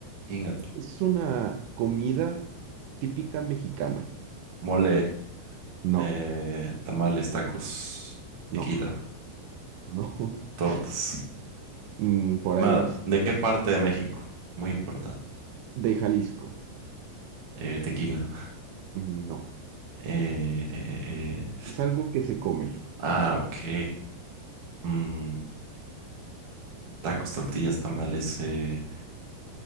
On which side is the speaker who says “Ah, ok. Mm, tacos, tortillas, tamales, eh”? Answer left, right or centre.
Right